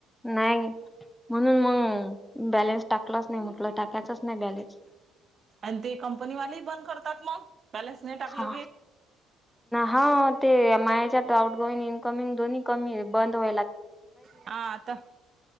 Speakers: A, in the centre; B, on the right.
A: नाही म्हणून मग बॅलेन्स टाकलाच नाही म्हटलं टाकायचच नाही बॅलेन्स
B: आणि ते कंपनीवालेही बंद करतात मग बॅलेन्स नाही टाकलं
A: हा
B: की
A: हा ते माह्या याच्यात आउट गोईंग इनकमिंग दोन्ही कमी बंद व्हायले.
B: हा तर